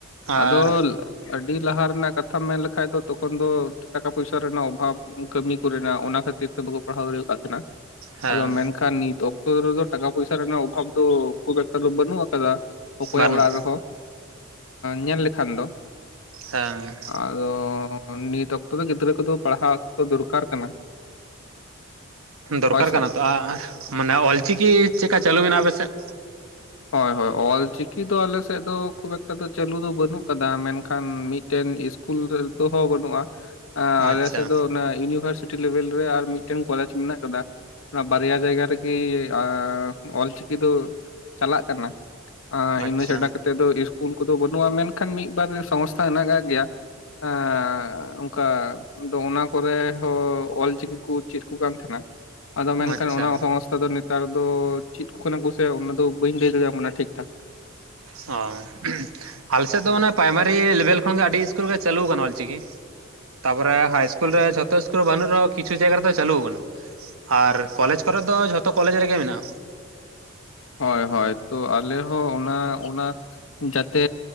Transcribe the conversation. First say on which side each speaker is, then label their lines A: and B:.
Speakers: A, on the left; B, on the right.
A: ᱟᱫᱚ
B: ᱟᱨ
A: ᱟᱹᱰᱤ ᱞᱟᱦᱟ ᱨᱮᱱᱟᱜ ᱠᱟᱛᱷᱟᱢ ᱢᱮᱱ ᱞᱮᱠᱷᱟᱡ ᱫᱚ ᱛᱚᱠᱷᱚᱱ ᱫᱚ ᱴᱟᱠᱟ ᱯᱚᱭᱥᱟ ᱨᱮᱱᱟᱜ ᱚᱵᱷᱟᱵ ᱠᱟᱹᱢᱤ ᱠᱚᱨᱮᱱᱟᱜ ᱚᱱᱟ ᱠᱷᱟᱹᱛᱤᱨ ᱛᱮ ᱵᱟᱠᱚ ᱯᱟᱲᱦᱟᱣ ᱫᱟᱲᱮᱭᱟᱜᱫ ᱴᱤᱱᱟ.
B: ᱦᱮᱸ
A: ᱟᱫᱚ ᱢᱮᱱᱠᱷᱟᱱ ᱱᱤᱛ ᱚᱠᱛᱚ ᱨᱮᱫᱚ ᱴᱟᱠᱟ ᱯᱚᱭᱥᱟ ᱨᱮᱱᱟᱜ ᱚᱵᱷᱟᱵ ᱫᱚ ᱠᱷᱩᱵ ᱮᱠᱴᱟ ᱫᱚ ᱵᱟᱹᱱᱩᱜ ᱟᱠᱟᱫᱟ᱾ ᱚᱠᱚᱭᱟᱜ
B: ᱵᱟᱹᱱᱩᱜ
A: ᱚᱲᱟᱜ ᱨᱮᱦᱚᱸ ᱧᱮᱞ ᱞᱮᱠᱷᱟᱱ ᱫᱚ
B: ᱦᱮᱸ
A: ᱟᱫᱚ ᱱᱤᱛ ᱚᱠᱛᱚ ᱫᱚ ᱜᱤᱫᱽᱨᱟᱹ ᱠᱚᱫᱚ ᱯᱟᱲᱦᱟᱜ ᱚᱠᱛᱚ ᱫᱚᱨᱠᱟᱨ ᱠᱟᱱᱟ
B: ᱫᱚᱨᱠᱟᱨ
A: ᱦᱳᱭ ᱥᱮ
B: ᱠᱟᱱᱟ ᱛᱚ ᱢᱟᱱᱮ ᱚᱞ ᱪᱤᱠᱤ ᱪᱮᱫ ᱞᱮᱠᱟ ᱪᱟᱹᱞᱩ ᱢᱮᱱᱟᱜᱼᱟ ᱟᱯᱮ ᱥᱮᱫ?
A: ᱦᱳᱭ ᱦᱳᱭ ᱚᱞ ᱪᱤᱠᱤ ᱫᱚ ᱟᱞᱮ ᱥᱮᱫ ᱫᱚ ᱠᱷᱩᱵ ᱮᱠᱴᱟ ᱫᱚ ᱪᱟᱹᱞᱩ ᱫᱚ ᱵᱟᱹᱱᱩᱜ ᱟᱠᱟᱫᱟ ᱢᱮᱱᱠᱷᱟᱱ ᱢᱤᱫ ᱴᱮᱱ ᱤᱥᱠᱩᱞ ᱨᱮ ᱫᱚᱦᱚᱸ ᱵᱟᱹᱱᱩᱜᱼᱟ ᱟᱞᱮ
B: ᱟᱪᱪᱷᱟ
A: ᱥᱮᱫ ᱫᱚ ᱚᱱᱟ ᱤᱭᱩᱱᱤᱵᱷᱟᱨᱥᱤᱴᱤ ᱞᱮᱵᱮᱞ ᱨᱮ ᱟᱨ ᱢᱤᱫ ᱴᱮᱱ ᱠᱚᱞᱮᱡᱽ ᱢᱮᱱᱟᱜ ᱟᱠᱟᱫᱟ᱾ ᱵᱟᱨᱭᱟ ᱡᱟᱭᱜᱟ ᱨᱮᱜᱤ ᱟᱻ ᱚᱞ ᱪᱤᱠᱤ ᱫᱚ ᱪᱟᱞᱟᱜ ᱠᱟᱱᱟ ᱟᱺ
B: ᱟᱪᱪᱷᱟ
A: ᱤᱱᱟᱹ ᱪᱷᱟᱰᱟ ᱠᱟᱛᱮᱫ ᱫᱚ ᱤᱥ ᱩᱱᱠᱩᱫᱚ ᱵᱟᱹᱱᱩᱜᱼᱟ ᱢᱮᱱᱠᱷᱟᱱ ᱢᱤᱫ ᱵᱟᱨ ᱥᱚᱝᱥᱛᱷᱟ ᱦᱮᱱᱟᱜ ᱠᱟᱜ ᱜᱮᱭᱟ ᱟᱸᱻ ᱚᱱᱠᱟ ᱟᱫᱚ ᱚᱱᱟ ᱠᱚᱨᱮ ᱦᱚᱸ ᱚᱞ ᱪᱤᱠᱤ ᱠᱚ ᱪᱮᱫ ᱟᱠᱚ ᱠᱟᱱ ᱛᱟᱦᱮᱸᱱᱟ᱾ ᱟᱫᱚ ᱢᱮᱱᱠᱷᱟᱱ
B: ᱟᱪᱪᱷᱟ
A: ᱚᱱᱟ ᱥᱚᱝᱥᱛᱷᱟ ᱫᱚ ᱱᱮᱛᱟᱨ ᱫᱚ ᱪᱮᱫ ᱠᱟᱱᱟ ᱠᱩᱥᱤᱭᱟᱜᱼᱟ ᱚᱱᱟ ᱫᱚ ᱵᱟᱹᱧ ᱞᱟᱹᱭ ᱫᱟᱨᱮᱭᱟᱢ ᱠᱟᱱᱟ ᱴᱷᱤᱠ ᱴᱷᱟᱠ
B: ᱚᱸ ᱟᱞᱮᱥᱮᱫ ᱫᱚ ᱚᱱᱮ ᱯᱨᱟᱭᱢᱟᱨᱤ ᱞᱮᱵᱮᱞ ᱠᱷᱚᱱ ᱜᱮ ᱟᱹᱰᱤ ᱤᱥᱠᱩᱞ ᱨᱮ ᱜᱮ ᱪᱟᱹᱞᱩ ᱟᱠᱟᱱᱟ ᱚᱞᱪᱤᱠᱤ ᱛᱟᱯᱚᱨᱮ ᱦᱟᱭ ᱤᱥᱠᱩᱞ ᱨᱮ ᱡᱷᱚᱛᱚ ᱠᱩᱞ ᱵᱟᱹᱱᱩᱜ ᱨᱮᱦᱚᱸ ᱠᱤᱪᱷᱩ ᱡᱟᱭᱜᱟ ᱨᱮᱫᱚᱚ ᱪᱟᱹᱞᱩ ᱟᱠᱟᱱᱟ ᱟᱨ ᱠᱚᱞᱮᱡᱽ ᱠᱚᱨᱮ ᱫᱚ ᱡᱷᱚᱛᱚ ᱠᱚᱞᱮᱡᱽ ᱨᱮᱜᱮ ᱢᱮᱱᱟᱜᱼᱟ
A: ᱦᱳᱭ ᱦᱳᱭ ᱛᱚ ᱟᱞᱮ ᱦᱚᱸ ᱚᱱᱟ ᱚᱱᱟ ᱡᱟᱛᱮ